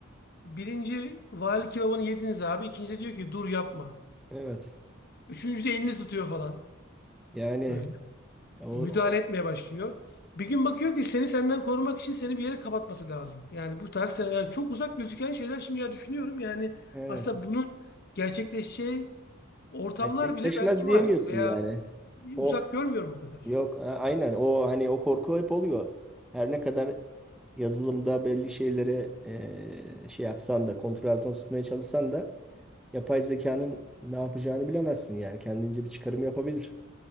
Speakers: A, on the left; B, in the centre.
A: Birinci vali kebabını yediniz abi. İkinci de diyor ki dur yapma.
B: Evet.
A: Üçüncü de elini tutuyor falan.
B: Yani
A: Böyle.
B: o,
A: E, Müdahale
B: o-
A: etmeye başlıyor. Bir gün bakıyor ki seni senden korumak için seni bir yere kapatması lazım. Yani bu tarz yani çok uzak gözüken şeyler şimdi ya düşünüyorum. Yani
B: evet.
A: aslında bunun gerçekleşeceği ortamlar
B: Gerçekleşmez
A: bile belki
B: diyemiyorsun
A: var. Veya
B: yani. O
A: uzak görmüyorum o kadar.
B: yok a- aynen o hani o korku hep oluyor. Her ne kadar yazılımda belli şeylere e, şey yapsan da kontrol altına tutmaya çalışsan da yapay zekanın ne yapacağını bilemezsin yani kendince bir çıkarım yapabilir.